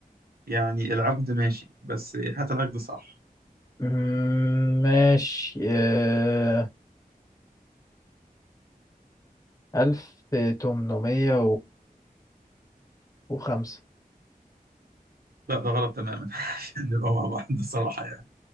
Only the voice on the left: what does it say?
مم، ماشي آه، ألف تمنمية وخمسة